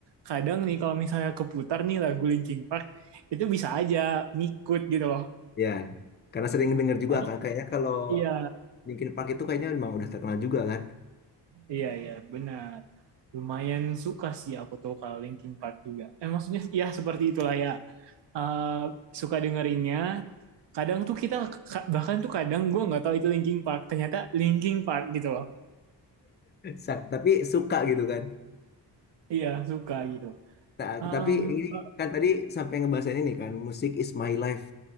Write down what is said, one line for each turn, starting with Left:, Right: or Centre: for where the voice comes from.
Right: kadang nih kalau misalnya keputar nih lagu Linkin Park itu bisa aja ngikut gitu loh.
Left: Ya, karena sering dengar juga
Right: Tapi
Left: kan kayaknya kalau
Right: iya
Left: Linkin Park itu kayaknya memang udah terkenal juga kan.
Right: Iya, iya, benar. Lumayan suka sih aku tuh kalau Linkin Park juga. Eh, maksudnya ya seperti itulah ya. Eh, suka dengerinnya. Kadang tuh kita, ka- bahkan tuh kadang gue nggak tahu itu Linkin Park. Ternyata Linkin Park gitu loh.
Left: Sa- tapi suka gitu kan.
Right: Iya, suka gitu.
Left: Ta-
Right: Em,
Left: tapi ini
Right: eh,
Left: kan tadi sampai ngebahas ini kan musik is my life.